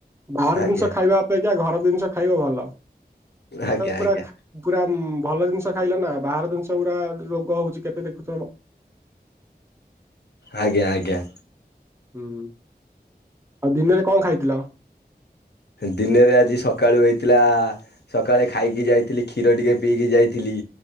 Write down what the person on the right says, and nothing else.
ବାହାର
ଜିନିଷ ଖାଇବା ଅପେକ୍ଷା ଘର ଜିନିଷ ଖାଇବ ଭଲ।
ପୁରା
ଖା ପୁରା ଭଲ ଜିନିଷ ଖାଇଲନା ବାହାର ଜିନିଷ ଗୁରା ରୋଗ ହୋଉଚି କେତେ ଦେଖୁଚ।
ହୁଁ ଆଉ ଦିନରେ କଣ ଖାଇଥିଲ?